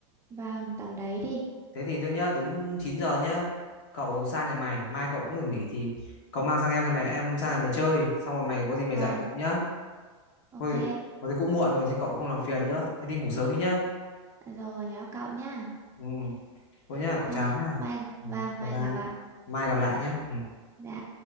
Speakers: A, on the right; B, on the left.
A: vâng tầm đấy đi
B: thế thì tôi nhớ đúng 9 giờ nhá cậu sang nhà mày mai cậu cũng được nghỉ thì cậu mang sang em sang mày em sang nhà mày chơi xong rồi mày có gì mày
A: vâng
B: dạy cậu nhá
A: ok
B: thôi thôi thì cũng muộn rồi thì cậu không làm phiền nữa thế đi ngủ sớm đi nhá
A: rồi nhớ cậu nhá
B: ừ thôi nhá
A: Ok,
B: cậu chào nhá
A: mai
B: ừ,
A: vâng,
B: bye
A: mai
B: bye
A: gặp bạn.
B: mai gặp lại nhá ừ.
A: Dạ.